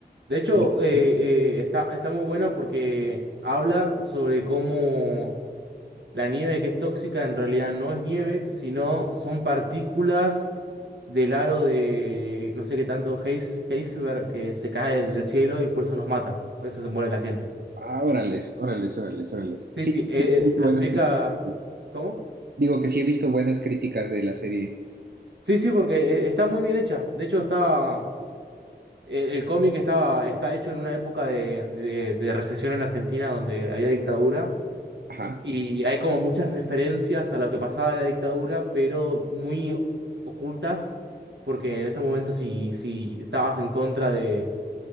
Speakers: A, on the right; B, on the right.
A: De
B: Sí.
A: hecho, eh,
B: sí.
A: eh, está, está muy buena porque habla sobre cómo La nieve que es tóxica en realidad no es nieve, sino son partículas del aro de no sé qué tanto Heis- Heisenberg que se cae del cielo y por eso nos mata. Por eso se muere la gente.
B: Ah, órales, órales, órales, órales.
A: Sí,
B: Sí,
A: sí,
B: sí,
A: eh,
B: sí, he visto
A: eh, lo
B: buenas
A: explica.
B: críticas.
A: ¿Cómo?
B: Digo que sí he visto buenas críticas de la serie.
A: Sí, sí, porque eh, está muy bien hecha. De hecho, está. eh, El cómic estaba, está hecho en una época de, de de recesión en Argentina donde había dictadura.
B: Ajá.
A: Y hay como muchas referencias a lo que pasaba en la dictadura, pero muy ocultas, porque en ese momento si, si estabas en contra de,